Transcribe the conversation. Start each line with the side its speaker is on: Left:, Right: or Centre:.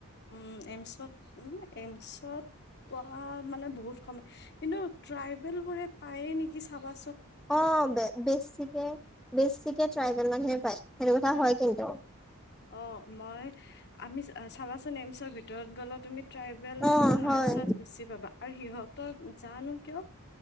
Left: উম এইমচত এইমচত পোৱা মানে বহুত কয় কিন্তু। ট্ৰাইবেল কৰে পায়ে নেকি চাবা।
Centre: অ' বেছিকে বেছিকে ট্ৰাই সিমান মানুহে পায়, সেইটো কথা হয় কিন্তু।
Left: অহ মই আমি চাবাচোন এমচৰ ভিতৰত গ'লত তুমি ট্ৰাইবেল
Centre: অ
Left: নাৰ্চছ
Centre: হয়
Left: বেছি পাবা আৰু সিহঁতৰ জানো কিয়